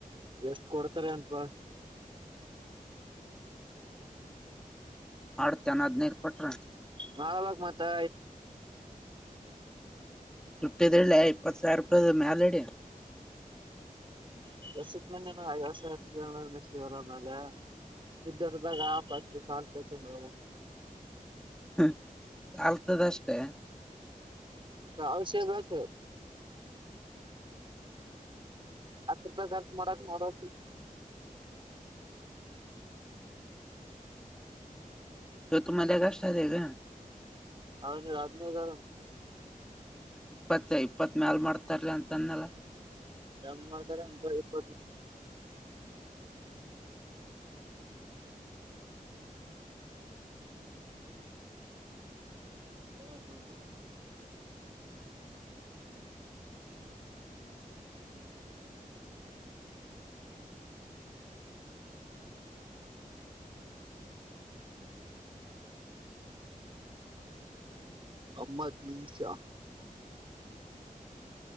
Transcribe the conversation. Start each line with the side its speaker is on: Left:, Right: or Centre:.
Right: ಎಷ್ಟ್ ಕೊಡ್ತಾರೆ ಅಪ
Centre: ಬಾ ಚೆನ್ನದ್ನೇ ಇರ್ ಕೊಟ್ರ
Right: ಮಾಡಬೇಕು ಮತ್ತೆ
Centre: ತುಟ್ಟಿದ ಎಲ್ಲೆ ಇಪ್ಪತ್ತು ಸಾವಿರ ರೂಪಾಯದ ಮಾಲ ಎಡೆಯ
Right: ಎಸಕ್ ಮೇ ಅಯಾಸ ಆತ ಶಿವರಮೇಲೆ ಇದ್ದರ್ದಾಗ ಆಪಾಕಿ ಕಾಲ್ಕ ಚಂದ
Centre: ಹ ಆಲ್ತದ ಅಷ್ಟೇ
Right: ಹಷಯ ಬತ ಆತ್ತು ರಪಿ ಹರ್ ಮ ಮಾಡಡ ಮ ಮಾಡೋ
Centre: ತ ತು ಮಲೆ ಕಷ್ಟಾರೆಗ
Right: ಅವನ ಹದಿನೈದ ಆದ
Centre: ಮತ್ತತ್ ಇಪ್ಪತ್ತ ಇಪ್ಪತ್ ಮ್ಯಾಲ ಮಾಡ್ತಾರೀ ಅಂತ ಅನ್ನಲ್ಲ
Right: ನಮ್ಮತಾರೆ ಎಂತ ಇಪ್ಪ ಹ ಹ ಅಮ್ಮತ್ ನಿಮಷಾ